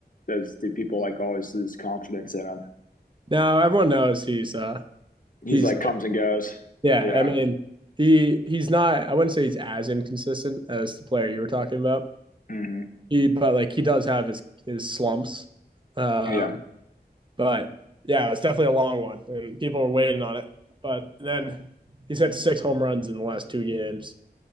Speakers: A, on the left (about 50°); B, on the right (about 30°).
A: does do people like always lose confidence in him?
B: Now everyone knows he's uh
A: He's
B: he's
A: like comes and goes.
B: yeah,
A: Yeah.
B: I mean he he's not I wouldn't say he's as inconsistent as the player you were talking about,
A: hmm
B: he but like he does have his his slumps. Um,
A: Yeah.
B: but yeah, it's definitely a long one, and people are waiting on it. But then he's had six home runs in the last two games.